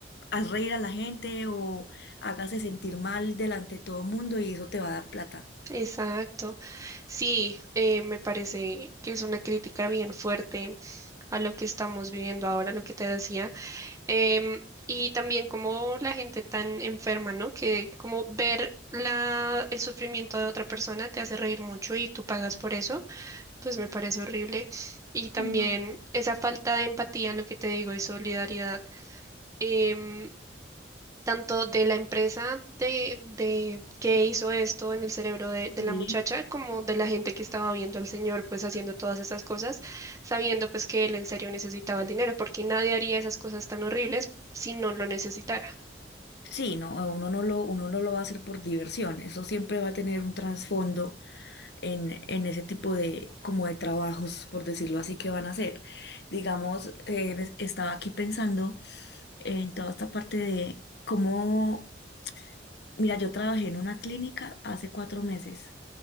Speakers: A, on the left; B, on the right.
A: haz reír a la gente o hágase sentir mal delante de todo el mundo y eso te va a dar plata.
B: Exacto. Sí, eh, me parece que es una crítica bien fuerte a lo que estamos viviendo ahora, lo que te decía. Em, y también como la gente tan enferma, ¿no? Que como ver la, el sufrimiento de otra persona te hace reír mucho y tú pagas por eso, pues me parece horrible. Y también
A: Ay, no.
B: esa falta de empatía, lo que te digo, y solidaridad. em, tanto de la empresa de, de que hizo esto en el cerebro de, de
A: Sí.
B: la muchacha, como de la gente que estaba viendo al señor pues haciendo todas esas cosas, sabiendo pues que él en serio necesitaba el dinero, porque nadie haría esas cosas tan horribles si no lo necesitara.
A: Sí, no, uno no lo, uno no lo va a hacer por diversión, eso siempre va a tener un trasfondo en, en ese tipo de, como de trabajos, por decirlo así, que van a hacer. Digamos, eh, estaba aquí pensando en toda esta parte de cómo Mira, yo trabajé en una clínica hace cuatro meses.